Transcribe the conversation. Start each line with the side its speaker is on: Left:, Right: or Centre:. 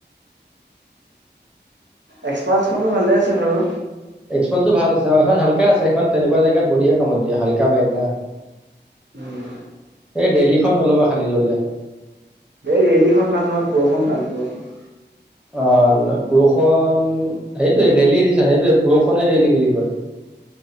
Right: এক্সপালখনো ভালে আছে। বাৰু
Centre: এক্সপালছো ভাল আ অ এখন হাল্কা আছে সখন তেনেকোৱা জেগাত বঢ়িয়া কামত দিয়া হাল্কা বাইক না।
Right: উম
Centre: এই দেলহিখন নলবা খালী ললে।
Right: এই ৰেলীখন ভাল নহয় পৰষুণ ভাল পৰষুণ,
Centre: অ ন পুৰুষন- উম সেইটোে ৰেলি দিছা সেইটে পৰষণে ৰেলী বুলি কয়।